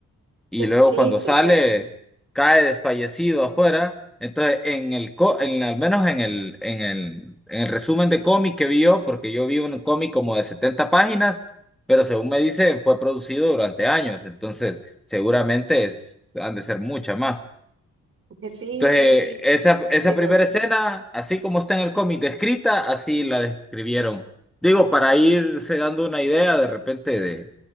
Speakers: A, in the centre; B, on the right.
A: Y
B: <laughs>
A: luego
B: Sí,
A: cuando sale,
B: total.
A: cae desfallecido afuera. Entonces, en el co- en, al menos en el, en el, en el resumen de cómic que vio, porque yo vi un cómic como de 70 páginas, pero según me dicen, fue producido durante años, entonces seguramente es, han de ser muchas más.
B: <laughs> Sí,
A: Entonces,
B: sí, sí,
A: esa, esa
B: es
A: primera
B: así.
A: escena, así como está en el cómic descrita, así la describieron. Digo, para irse dando una idea de repente de...